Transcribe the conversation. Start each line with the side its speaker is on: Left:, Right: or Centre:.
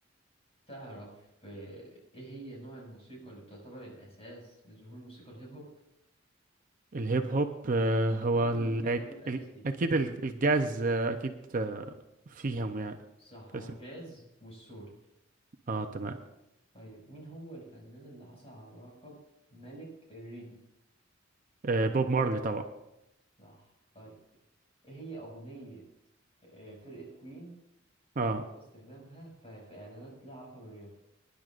Left: تعرف آه، ايه هي نوع الموسيقى اللي بتعتبر الاساس لظهور موسيقى الهيب هوب
Right: الهيب هوب آه هو
Left: الموسيقى
Right: ال...
Left: اللي بتعتبر الاساس
Right: ال...
Left: دي
Right: اكيد ال- الجاز آه اكيد آه فيهم يعني
Left: صح هو
Right: بس
Left: الجاز والسول
Right: اه تمام
Left: طيب مين هو الفنان اللي حصل على لقب ملك الريجي
Right: آه بوب مارلي طبعا
Left: صح طيب ايه هي اغنية آه، فرقة كوين اللي
Right: اه
Left: بيتم استخدامها في في اعلانات لها علاقة بالرياضة